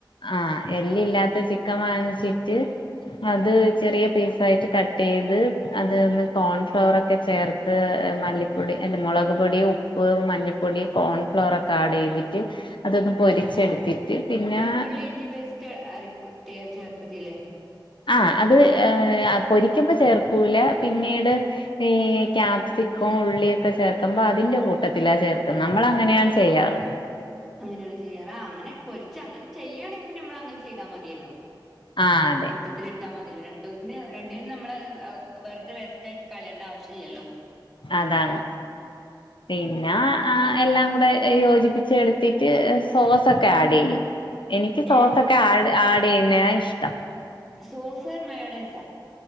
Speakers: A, on the left (about 80°); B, in the centre.
A: ആഹ എല്ലില്ലാത്ത ചിക്കൻ വങ്ങിച്ചിട്ട് അത് ചെറിയ പീസായിട്ട് കട്ട് ചെയ്ത് അതൊന്ന് കോൺഫ്ലവർ ഒക്കെ ചേർ ത്ത് മല്ലിപ്പൊടി അല്ല മുളക് പൊടി ഉപ്പ് മഞ്ഞൾപ്പൊടി കോൺഫ്ലോറ ഒക്കെ ആഡ് ചെയ്തിട്ട് അതൊന്ന് പൊരിച്ചെടുത്തിട്ട് പിന്നെ
B: വെളുത്തുള്ളി ഇഞ്ചി പേസ്റ്റ് അര തി ചേർത്തിട്ടില്ലേ
A: ആ അത് ഏ പൊരിക്കുമ്പോ ചേർക്കൂല പിന്നീട് ഈ ക്യാപ്സിക്കും ഉള്ളിയൊക്കെ ചേർക്കുമ്പോ അതിന്റെ കൂട്ടത്തിലാ ചേർക്കുന്നത് നമ്മൾ അങ്ങനെയാണ് ചെയ്യാറ്
B: അങ്ങനെയാണ് ചെയ്യാർ ആ അങ്ങനെ പൊരിച്ച് അങ്ങനെ ചെയ്യാണെങ്കിൽ പിന്നെ നമ്മൾ അങ്ങനെ ചെയ്താൽ മതിയല്ലോ
A: ആ അതെ
B: മൊത്തത്തിൽ ഇട്ടാൻ മതില്ല രണ്ടുന് രണ്ടിനും നമ്മൾ വെറുത വേസ്റ്റാക്കി കളയേണ്ട ആവശ്യം ഇല്ലല്ലോ
A: അതാണ് പിന്നെ ആ എല്ലാം കൂടെ യോജിപ്പിച്ചെടുത്തിട്ട് സോസൊക്കെ ആഡ് ചെയ്യും എനിക്ക് സോസൊക്കെ
B: ഏത്
A: ആഡ് ആഡ് ചെയ്യുന്നയാ ഇഷ്ടം
B: sauce mayonnaise